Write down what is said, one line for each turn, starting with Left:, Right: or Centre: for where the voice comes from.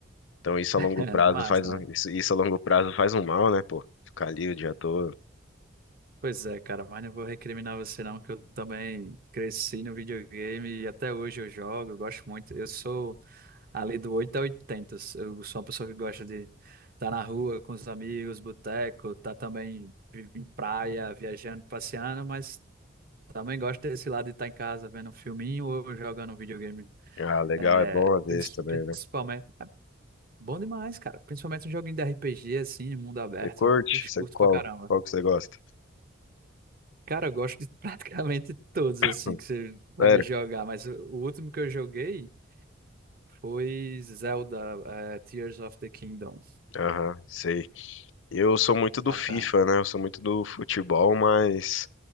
Left: Então isso a
Right: <laughs>
Left: longo prazo
Right: É massa,
Left: faz um,
Right: né?
Left: isso, isso a longo prazo faz um mal, né, pô? Ficar ali o dia todo.
Right: Pois é, cara, mas não vou recriminar você, não, que eu também cresci no videogame e até hoje eu jogo, eu gosto muito. Eu sou ali do 8 a 80. Eu sou uma pessoa que gosta de estar na rua com os amigos, boteco, tá também vi- em praia, viajando, passeando, mas. Também gosto desse lado de estar em casa vendo um filminho ou jogando um videogame.
Left: Ah, legal,
Right: É,
Left: é bom às vezes
Right: princi-
Left: também,
Right: principalmente.
Left: né?
Right: Bom demais, cara. Principalmente um joguinho de RPG, assim, mundo aberto.
Left: Você curte?
Right: Ixi,
Left: Você
Right: curto
Left: qual?
Right: pra caramba.
Left: Qual que você gosta?
Right: Cara, eu gosto de <laughs> praticamente todos,
Left: <laughs>
Right: assim, que você vai
Left: Sério?
Right: me jogar. Mas o o último que eu joguei foi Zelda, é, Tears of the Kingdom.
Left: Aham, sei. Eu sou muito do
Right: Bacana.
Left: FIFA, né? Eu sou muito do futebol, mas